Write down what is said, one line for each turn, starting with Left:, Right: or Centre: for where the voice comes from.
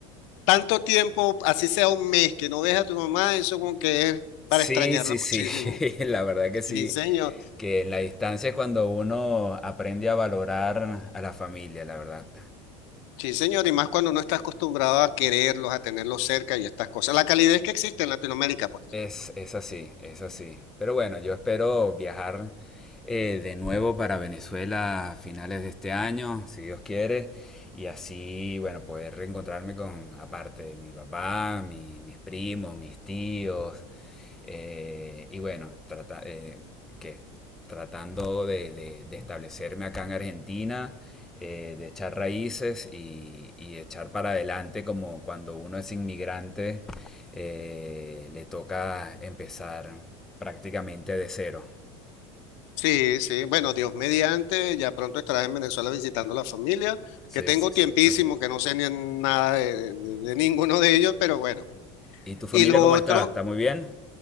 Left: Tanto tiempo, así sea un mes, que no ves a tu mamá, eso como que es para
Centre: Sí,
Left: extrañarla
Centre: sí, sí,
Left: muchísimo.
Centre: <laughs> la verdad que sí,
Left: Sí, señor.
Centre: que en la distancia es cuando uno aprende a valorar a la familia, la verdad.
Left: Sí, señor. Y más cuando no estás acostumbrado a quererlos, a tenerlos cerca y estas cosas. La calidez que existe en Latinoamérica, pues.
Centre: Es, es así, es así. Pero bueno, yo espero viajar eh, de nuevo para Venezuela a finales de este año, si Dios quiere, y así, bueno, poder reencontrarme con, aparte de mi papá, mi- mis primos, mis tíos, eh, y bueno, trata, eh, que tratando de, de- de establecerme acá en Argentina, eh, de echar raíces y, y echar para adelante como cuando uno es inmigrante, eh, le toca empezar prácticamente de cero.
Left: Sí, sí. Bueno, Dios mediante, ya pronto estarás en Venezuela visitando a la familia,
Centre: Sí,
Left: que tengo
Centre: sí,
Left: tiempísimo,
Centre: sí, eso sí.
Left: que no sé ni nada de, de de ninguno de ellos, pero bueno.
Centre: ¿Y tu familia
Left: Y lo
Centre: cómo
Left: otro,
Centre: está? ¿Está muy bien?